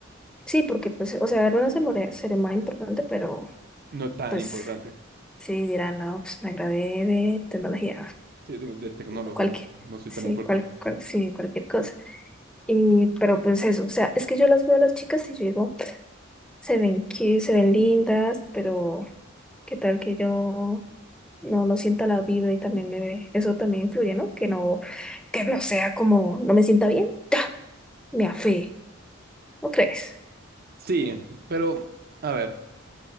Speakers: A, in the centre; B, on the right (about 50°).
A: Sí, porque pues, o sea, era una ceremonia, ceremonia importante, pero
B: no tan
A: pues
B: importante.
A: sí dirán, no, pues me gradué de tecnología,
B: Sí, de, de tecnólogo,
A: cualquier,
B: no, no soy
A: sí,
B: tan importante.
A: cual, cual- sí, cualquier cosa. Y, pero pues eso, o sea, es que yo las veo a las chicas y yo digo, se ven cute, se ven lindas, pero qué tal que yo no, no sienta la vibra y también me ve. Eso también influye, ¿no? Que no, que no sea como, no me sienta bien, ¡ta! me afee, ¿no crees?
B: Sí, pero a ver.